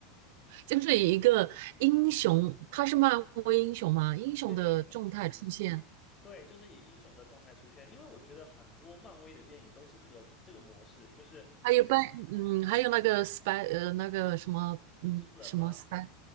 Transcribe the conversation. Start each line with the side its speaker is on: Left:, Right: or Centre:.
Right: 就是以一个英雄，他是漫威英雄嘛，英雄的状态出现，
Left: 对对对，就是以英雄的状态出现，因为我觉得很多漫威的电影都是这个这个模式，就是
Right: 还有班，嗯，还有那个 spy，呃，那个什么，嗯，
Left: 蜘蛛人嘛，
Right: 什么 spy，